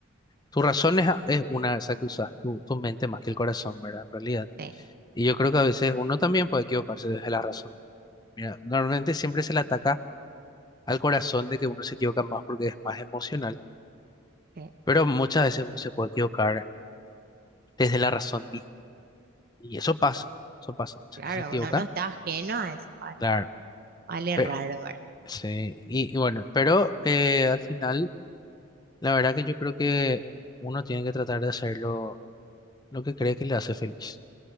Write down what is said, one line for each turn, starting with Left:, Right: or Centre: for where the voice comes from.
Left: tu razón es, a- es una, esa que usas, tu, tu mente más que el corazón, ¿verdad? En realidad.
Right: Sí,
Left: Y yo creo que a veces uno también puede equivocarse desde la razón. Mira, normalmente siempre se le ataca al corazón de que uno se equivoca más porque es más emocional,
Right: sí,
Left: pero muchas veces uno se puede equivocar desde la razón misma. Y eso pasa, eso pasa. Muchas
Right: claro,
Left: veces se equivoca,
Right: uno no está ajeno a eso, a la,
Left: claro.
Right: al errar,
Left: Pero,
Right: ¿verdad?
Left: sí, y, y bueno, pero eh, al final... La verdad que yo creo que uno tiene que tratar de hacer lo lo que cree que le hace feliz.